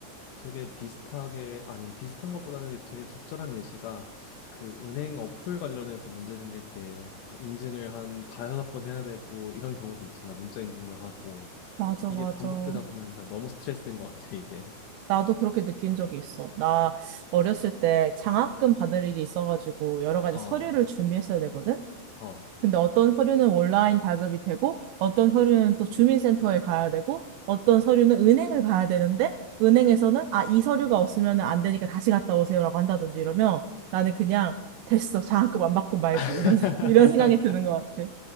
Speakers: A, on the left (about 75°); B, on the right (about 80°).
A: 되게 비슷하게 아니 비슷한 것보다는 되게 적절한 예시가 그 은행 어플 관련해서 문제 생길 때 인증을 한 다여섯 번 해야 되고 이런 경우도 있잖아. 문자 인증도 하고
B: 맞아,
A: 이게
B: 맞아.
A: 반복되다 보면 난 너무 스트레스인 것 같아, 이게.
B: 나도 그렇게 느낀 적이 있어. 나 어렸을 때 장학금 받을 일이 있어가지고 여러 가지
A: 어.
B: 서류를 준비했어야 되거든?
A: 어.
B: 근데 어떤 서류는 온라인 발급이 되고, 어떤 서류는 또 주민센터에 가야 되고, 어떤 서류는 은행을 가야 되는데, 은행에서는 아, 이 서류가 없으면 안 되니까 다시 갔다 오세요라고 한다든지 이러면 나는 그냥 됐어. 장학금 안 받고 말지.
A: <laughs>
B: 이런, <laughs> 생- 이런 생각이 드는 것 같아.